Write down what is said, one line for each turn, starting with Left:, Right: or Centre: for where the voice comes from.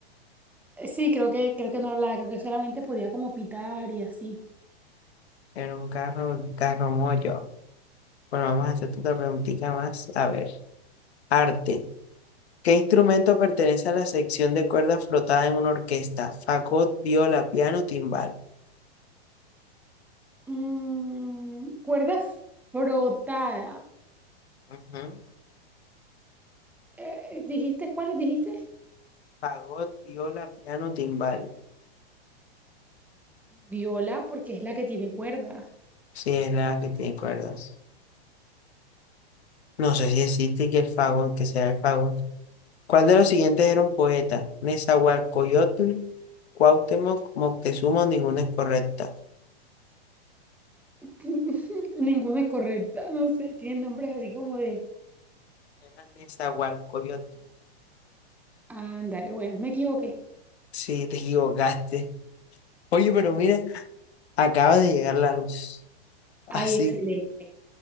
Centre: Eh, sí, creo que, creo que no hablaba, creo que solamente podía como pitar y así.
Left: Era un carro, un carro mollo. Bueno, vamos a hacerte otra preguntita más. A ver, arte. ¿Qué instrumento pertenece a la sección de cuerdas frotada en una orquesta? Fagot, viola, piano, timbal.
Centre: Mm, cuerda frotada.
Left: Ujú.
Centre: Eh, ¿dijiste cuáles dijiste?
Left: Fagot, viola, piano, timbal.
Centre: Viola, porque es la que tiene cuerda.
Left: Sí, es la que tiene cuerdas. No sé si existe que el fagot, que sea el fagot. ¿Cuál de los siguientes era un poeta? Nezahualcóyotl, Cuauhtémoc, Moctezuma, ninguna es correcta.
Centre: <laughs> Ninguna es correcta, no sé, tienen nombres así como de...
Left: Era Nezahualcóyotl.
Centre: Ándale, bueno, me equivoqué.
Left: Sí, te equivocaste. Oye, pero mira, acaba de llegar la luz. Así
Centre: Ay, excelente.